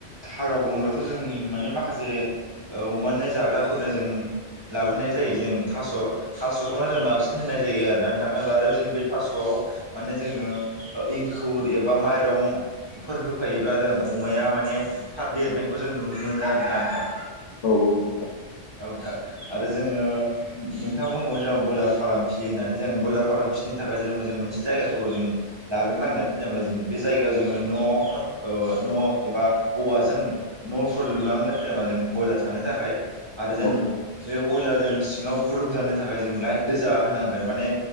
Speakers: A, on the right; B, on the left.
A: हाग्रा बंग्रायावथ' जों माने माखासे औ अमानो जाग्राफोरनो जों लाबोनाय जायो जों थास' थास'खौनो जों बांसिन होनाय जायो आरो नोंथां जेनबा आरो जों बे थास'आव माने ओ जोङो एंखुर एबा माइरं फोर होफायोब्ला जों अमाया माने थाब देरनायखौ जों नुनो मोनो आरोना नोंथां।
B: औ औ।
A: औ नोंथां आरो जोङो नोंथांङा बुंदोंमोन जेनेबा ब्रयलार फार्म फि होननानै जों ब्रयलार फार्म फिसिनो थाखाय जेनेबा जों मोनसे जायगाखौ जों लाग्रोनांगोन जेनेबा जों बे जायगायाव जोङो न' ओ न' एबा औवाजों न'फोर लुनांगोन जेनेबा जों ब्रयलारथानो थाखाय आरो जों
B: औ
A: बे बयलार जों सिङाव गुदुं जानो थाखाय जों लाइट गोजा होनांगोन माने